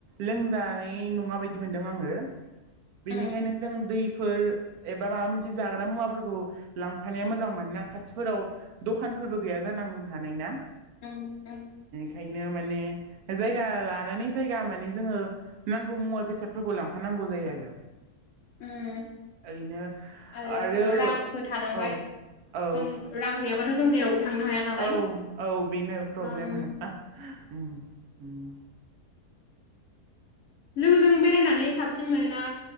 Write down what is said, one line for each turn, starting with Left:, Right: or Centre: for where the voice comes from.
Right: लोंजानाय नङा बायदि मोनदों आङो। बेनिखायनो
Left: उम
Right: जों दै फोर एबा माबा मोनसे जाग्रा मुवाफोरखौ लांफानाया मोजां मानोना खाथिफोराव दखानफोरबो गैया जानां हानाय ना।
Left: औ औ।
Right: ओंखायनो माने जायगा लानानै जायगा माने जोङो नांगौ मुवा बेसादफोरखौ लांफानां नांगौ जायो आरो।
Left: उम
Right: ओरैनो
Left: आरोथ'
Right: आरो औ
Left: रांबो थानांबाय
Right: औ
Left: जों रां गैयाबा थ' जों जेरावबो थांनो हाया नालाय
Right: औ औ बेनो प्रब्लेमा।
Left: रां
Right: उम उम।
Left: लोगोजों बेरायनानै साबसिन मोनोना